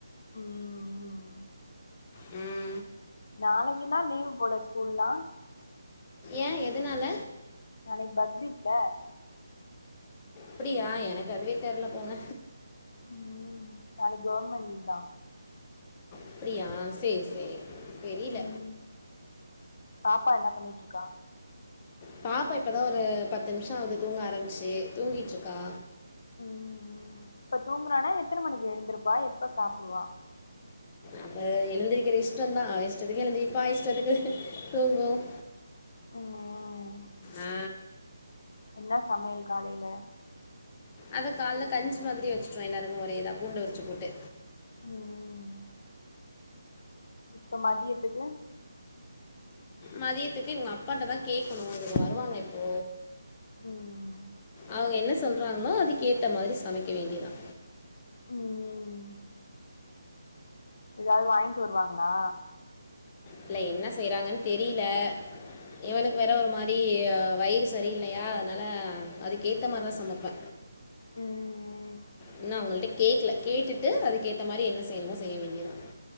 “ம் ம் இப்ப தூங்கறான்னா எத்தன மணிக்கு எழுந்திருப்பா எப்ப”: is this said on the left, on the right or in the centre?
Left